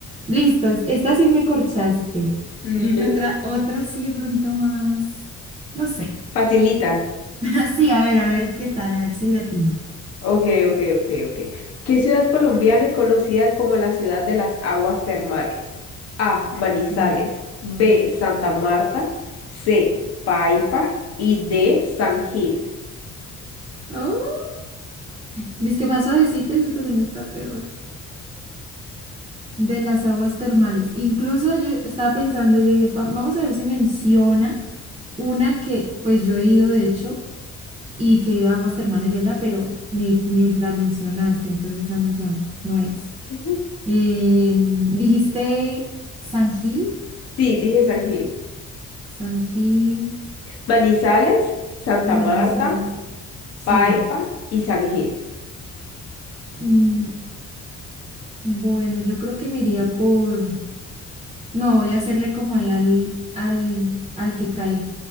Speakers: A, on the right; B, on the left.
A: Listo, es- esta sí me corchaste.
B: Mm,
A: Dime otra, otra sí de pronto más. No sé.
B: Facilita.
A: <laughs> Sí, a ver, a ver qué tal, a ver si le atino.
B: Ok, ok, ok, ok. ¿Qué ciudad colombiana es conocida como la ciudad de las aguas termales? A. Manizales.
A: Mm.
B: B. Santa Marta. C. Paipa. Y D. San Gil.
A: Oh, dice que más suavecita, eso también está peor. de las aguas termales. Incluso yo estaba pensando, yo dije, "Va- vamos a ver si menciona una que pues yo he ido de hecho y que he ido a aguas termales de allá, pero ni, ni la mencionaste, entonces esa no son, no es.
B: Sí,
A: Em, dijiste San Gil,
B: dije San Gil.
A: San Gil,
B: Manizales, Santa
A: Manizal,
B: Marta,
A: sí.
B: Paipa y San Gil.
A: Mm, bueno, yo creo que me iría por, no, voy a hacerle como ahí al, al, al que caiga.